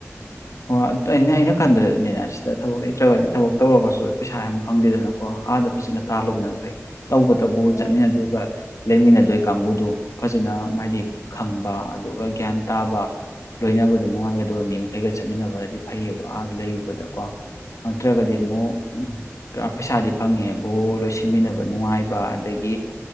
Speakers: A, on the left; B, on the left.
A: ꯍꯣꯏ ꯑꯩꯅ ꯑꯩꯅ ꯈꯟꯕꯗꯗꯤꯅꯦꯅꯦ ꯁꯤꯗ ꯊꯕꯛ ꯂꯩꯇ꯭ꯔꯒꯗꯤ ꯊꯕꯛ ꯇꯧꯔꯒꯁꯨ ꯄꯩꯁꯥ ꯌꯥꯝ ꯐꯪꯗꯦꯗꯅꯀꯣ ꯑꯥꯗ ꯐꯖꯅ ꯇꯥꯜꯂꯨꯕꯅ ꯐꯩ ꯇꯧꯕꯇꯕꯨ
B: ꯍꯣꯏ
A: ꯆꯠꯃꯤꯟꯅꯗꯕ ꯂꯩꯃꯤꯟꯅꯗ ꯀ ꯀꯥꯡꯨꯗꯣ ꯐꯖꯅ
B: ꯎꯝ
A: ꯍꯥꯏꯗꯤ ꯈꯪꯕ ꯑꯗꯨꯒ ꯒ꯭ꯌꯥꯟ ꯇꯥꯕ ꯂꯣꯏꯅꯕꯗ ꯅꯨꯡꯉꯥꯏꯒꯗꯕ ꯃꯤ ꯃꯈꯩꯒ ꯆꯠꯃꯤꯟꯅꯕꯗꯤ ꯐꯩꯌꯦꯕ ꯑꯥꯗ ꯂꯩꯔꯨꯕꯗꯀꯣ ꯅꯠꯇ꯭ꯔꯒꯗꯤ
B: ꯍꯣꯏ
A: ꯑꯃꯨꯛ ꯄꯩꯁꯥꯗꯤ ꯐꯪꯉꯦꯕꯨ ꯂꯣꯏꯁꯤꯟꯃꯤꯟꯅꯕ ꯅꯨꯡꯉꯥꯏꯕ ꯑꯗꯒꯤ